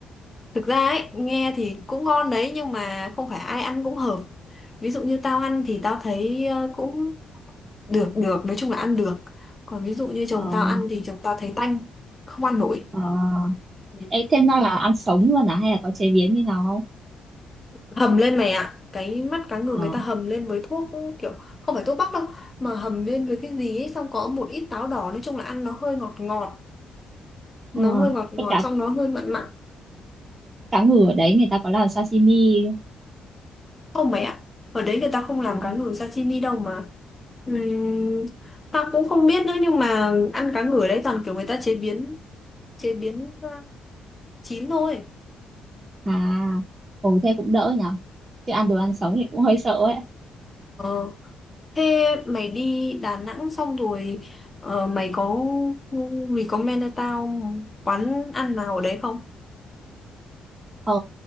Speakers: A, on the left; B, on the right.
A: Thực ra ấy, nghe thì cũng ngon đấy nhưng mà không phải ai ăn cũng hợp. Ví dụ như tao ăn thì tao thấy ờ, cũng được được, nói chung là ăn được. Còn ví dụ như chồng
B: Ờ,
A: tao ăn thì chồng tao thấy tanh, không ăn nổi.
B: ờ.
A: Ừ.
B: Ê, thế nó là ăn sống luôn à hay là có chế biến như nào
A: Hầm lên mày ạ, cái mắt cá ngừ
B: không?
A: người ta hầm lên với thuốc kiểu không phải thuốc bắc đâu mà hầm lên với cái gì ấy xong có một ít táo đỏ, nói chung là ăn nó hơi ngọt ngọt, nó
B: Ờ,
A: hơi ngọt ngọt
B: cái cá
A: xong nó hơi mặn mặn
B: cá ngừ ở đấy người ta có làm sashimi
A: Không mày ạ, ở đấy người ta không làm
B: ờ,
A: cá ngừ sashimi đâu mà. Ừm, tao cũng không biết nữa nhưng mà ăn cá ngừ ở đấy toàn kiểu người ta chế biến chế biến ờ, chín thôi.
B: à ồ thế cũng đỡ nhở chứ ăn đồ ăn sống thì cũng hơi sợ ấy
A: Ờ, thế mày đi Đà Nẵng xong rồi ờ, mày có mày có men cho tao quán ăn nào ở đấy không?
B: ờ